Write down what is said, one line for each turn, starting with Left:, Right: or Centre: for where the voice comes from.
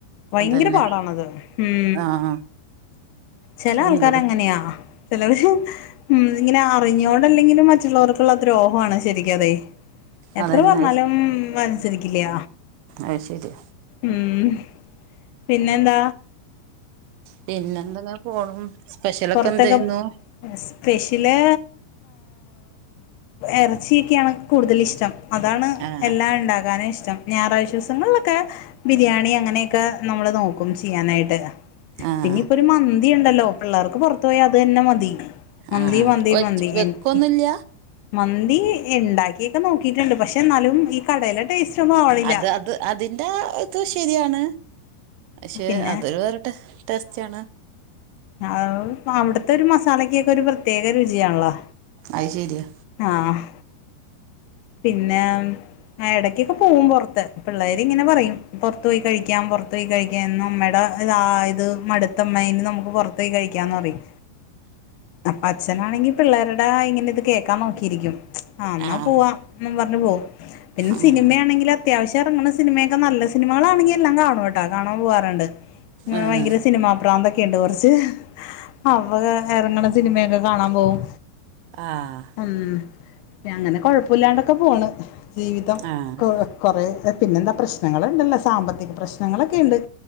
Left: ഭയങ്കര
Right: അതന്നെ
Left: പാടാണത് ഉം
Right: ആഹ്
Left: ചെല ആൾക്കാര്
Right: എന്താ
Left: അങ്ങനെയാ ചിലവര് ഉം ഇങ്ങനെ അറിഞ്ഞോണ്ടല്ലെങ്കിലും മറ്റുള്ളവർക്കുള്ള ദ്രോഹാണ് ശരിക്കതെ എത്ര
Right: അതന്നെ
Left: പറഞ്ഞാലും അനുസരിക്കില്യ
Right: അയ് ശരി
Left: ഉം പിന്നെന്താ?
Right: പിന്നെന്തെങ്ങെ പോണു സ്പെഷ്യലൊക്കെ
Left: പുറത്തൊക്കെ
Right: എന്തയ്യുന്നു
Left: സ്പെഷ്യല് എറച്ചിയൊക്കെയാണ് കൂടുതലിഷ്ടം അതാണ്
Right: ആഹ്
Left: എല്ലാം ഇണ്ടാകാനും ഇഷ്ടം ഞായറാഴ് ദിവസങ്ങളിലൊക്കെ ബിരിയാണി അങ്ങനെയൊക്കെ നമ്മള് നോക്കും ചെയ്യാനായിട്ട്
Right: ആഹ്
Left: പിന്നെ ഇപ്പൊ ഒരു മന്തി ഉണ്ടല്ലോ പിള്ളേർക്ക് പുറത്തു പോയി അത് തന്നെ മതി മന്തി
Right: ആഹ്
Left: മന്തി
Right: വെച്ച്
Left: മന്തി
Right: വെക്കൊന്നുല്ല
Left: എനിക്ക് മന്തി ഇണ്ടാക്കിയൊക്കെ നോക്കിട്ടുണ്ട് പക്ഷെ ന്നാലും ഈ കടയിലെ ടേസ്റ്റൊന്നും ആവണില്ല
Right: അത് അത് അതിന്റെ ഇത് ശരിയാണ് പക്ഷെ
Left: പിന്നെ
Right: അതൊരു വേറെ ടേ ടേസ്റ്റണ്
Left: അഹ് അവിടുത്തൊരു മസാലക്കൊക്കെയൊരു പ്രത്യേക രുചിയാണല്ലോ?
Right: അയ് ശെരിയാ
Left: ആഹ് പിന്നേം ആ എടക്കക്കെ പോവും പൊറത്ത് പിള്ളേരിങ്ങനെ പറയും പൊറത്ത് പോയി കഴിക്കാം പൊറത്ത് പോയി കഴി എന്നുമ്മയുടെ താ ഇത് മടുത്തുമ്മേ ഇന്ന് നമുക്ക് പൊറത്തു പോയി കഴിക്കാന്ന് പറയും അപ്പ അച്ഛനാണെങ്കി പിള്ളേരുടെയിങ്ങനെയിത് കേക്കാ നോക്കിയിരിക്കും ആ ഇന്നാ
Right: ആഹ്
Left: പോവാന്നും പറഞ്ഞ് പോവും പിന്നെ
Right: ആഹ്
Left: സിനിമയാണെങ്കിലൊ അത്യാവിശ്യയിറങ്ങണ സിനിമയക്കെ നല്ല സിനമകളാണെങ്കിയെല്ലാം കാണു വേ ട്ടോ കാണാം പോവാറ്ണ്ട്
Right: ആഹ്
Left: ഭയങ്കര സിനിമാ പ്രാന്തെക്കെ യിണ്ട് കൊറച്ച് അപ്പത് എറങ്ങ്ണ സിനിമയൊക്കെ കാണാൻ പോകും
Right: ആഹ്
Left: ഉം അങ്ങനെ കൊഴപ്പുല്ലാണ്ടൊക്കെ പോണ് ജീവിതം
Right: ആഹ്
Left: കുറെ പിന്നെന്താ പ്രശ്നങ്ങള്ണ്ടല്ലോ സാമ്പത്തിക പ്രശ്നങ്ങളൊക്കെയ്ണ്ട്